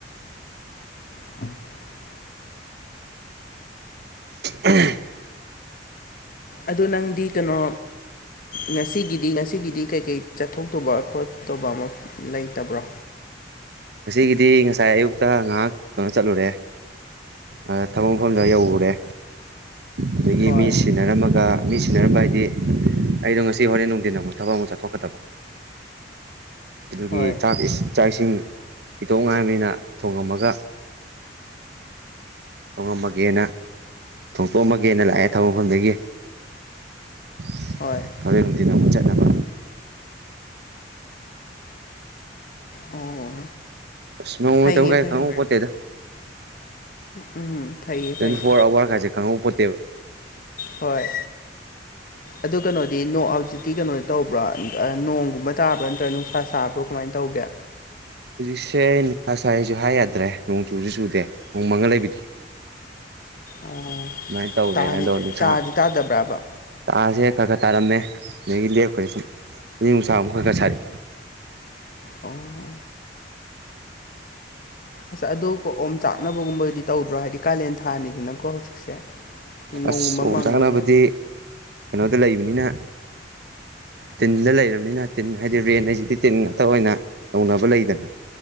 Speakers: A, on the left; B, on the right.
A: <inaudible>
B: ꯎꯝ
A: ꯑꯗꯣ ꯅꯪꯗꯤ ꯀꯩꯅꯣ ꯉꯁꯤꯒꯤꯗꯤ ꯉꯁꯤꯒꯤꯗꯤ ꯀꯩꯀꯩ ꯆꯠꯊꯣꯛꯇꯕ ꯈꯣꯠꯇꯕ ꯑꯃ ꯂꯩꯇꯕ꯭ꯔꯣ
B: ꯉꯁꯤꯒꯤꯗꯤ ꯉꯁꯥꯏ ꯑꯌꯨꯛꯇ ꯉꯥꯏꯍꯥꯛ ꯀꯩꯅꯣ ꯆꯠꯂꯨꯔꯦ ꯑ ꯊꯕꯛ ꯃꯐꯝꯗ ꯌꯧꯔꯨꯔꯦ ꯑꯗꯒꯤ
A: ꯍꯣꯏ
B: ꯃꯤ ꯁꯤꯟꯅꯔꯝꯃꯒ ꯃꯤ ꯁꯤꯟꯅꯔꯝꯕ ꯍꯥꯏꯗꯤ ꯑꯩꯗꯣ ꯉꯁꯤ ꯍꯣꯔꯦꯟ ꯅꯨꯡꯊꯤꯟ ꯑꯃꯨꯛ ꯊꯕꯛ ꯑꯃꯨꯛ ꯆꯠꯊꯣꯛꯀꯗꯕ ꯑꯗꯨꯒꯤ
A: ꯍꯣꯏ
B: ꯆꯥꯛ ꯆꯥꯛ ꯏꯁꯤꯡ ꯄꯤꯊꯣꯛꯉꯥꯏꯕꯅꯤꯅ ꯊꯣꯡꯉꯝꯃꯒ ꯊꯣꯡꯉꯝꯃꯒꯦꯅ ꯊꯣꯡꯇꯣꯛꯑꯝꯃꯒꯦꯅ ꯂꯥꯛꯑꯦ ꯊꯕꯛ ꯃꯐꯝꯗꯒꯤ <inaudible>
A: ꯍꯣꯏ
B: ꯊꯣꯔꯦꯟꯗꯤꯅ ꯑꯃꯨꯛ ꯆꯠꯅꯕ
A: ꯑꯣ
B: <unintelligible>
A: ꯐꯩꯌꯦ
B: ꯀꯥꯏ
A: ꯐꯩꯌꯦ
B: ꯈꯥꯎ ꯄꯣꯠꯇꯗ
A: ꯎꯝ ꯐꯩꯌꯦ ꯐꯩꯌꯦ
B: ꯇ꯭ꯋꯦꯟꯇꯤ ꯐꯣꯔ ꯑꯋꯥꯔꯒꯥꯏꯁꯦ ꯈꯪꯍꯧꯕꯄꯣꯠꯇꯦꯕ
A: ꯍꯣꯏ
B: <inaudible>
A: ꯑꯗꯨ ꯀꯩꯅꯣꯗꯤ <unintelligible> ꯍꯧꯖꯤꯛꯇꯤ ꯀꯩꯅꯣ ꯇꯧꯕ꯭ꯔꯣ ꯅꯣꯡꯒꯨꯝꯕ ꯇꯥꯕ꯭ꯔꯥ ꯅꯠꯇ꯭ꯔꯒ ꯅꯨꯡꯁꯥ ꯁꯥꯕ꯭ꯔꯣ ꯀꯃꯥꯏꯅ ꯇꯧꯒꯦ
B: ꯍꯧꯖꯤꯛꯁꯦ ꯁꯥꯏꯁꯨ ꯍꯥꯏ ꯌꯥꯗ꯭ꯔꯦ ꯅꯣꯡ ꯆꯨꯁꯨ ꯆꯨꯗꯦ ꯅꯣꯡ ꯃꯪꯉꯥ ꯂꯩꯕꯗꯣ
A: ꯑꯣ
B: ꯑꯗꯨꯃꯥꯏꯅ ꯇꯧꯔꯦ
A: ꯇꯥꯔꯤ
B: ꯑꯗꯣ ꯅꯨꯡꯁꯥ
A: ꯇꯥꯗꯤ ꯇꯥꯗꯕ꯭ꯔꯥꯕ
B: ꯇꯥꯁꯦ ꯈꯔ ꯈꯔ ꯇꯥꯔꯝꯃꯦ ꯑꯗꯒꯤ ꯂꯦꯞꯈ꯭ꯔꯁꯦ ꯁꯨꯝ ꯌꯦ ꯅꯨꯡꯁꯥ ꯑꯃꯨꯛ ꯈꯔ ꯈꯔ ꯁꯥꯔ
A: ꯑꯣ ꯑꯁ ꯑꯗꯨ ꯀ ꯑꯣꯝ ꯆꯥꯛꯅꯕꯒꯨꯝꯕꯗꯤ ꯇꯧꯗ꯭ꯔꯣ ꯍꯥꯏꯗꯤ ꯀꯥꯂꯦꯟ ꯊꯥꯅꯤꯗꯅꯀꯣ ꯍꯧꯖꯤꯛꯁꯦ ꯅꯣꯡꯒꯨꯝꯕ
B: ꯑꯁ
A: ꯃꯪꯉꯒ
B: ꯑꯣꯝ ꯆꯥꯅꯕꯗꯤ ꯀꯩꯅꯣꯗ ꯂꯩꯕꯅꯤꯅ ꯇꯤꯟꯗ ꯂꯩꯔꯕꯅꯤꯅ ꯇꯤꯟ ꯍꯥꯏꯗꯤ ꯔꯦꯟ ꯍꯥꯏꯁꯤꯗꯤ ꯇꯤꯟ ꯉꯥꯛꯇ ꯑꯣꯏꯅ ꯇꯧꯅꯕ ꯂꯩꯗꯅ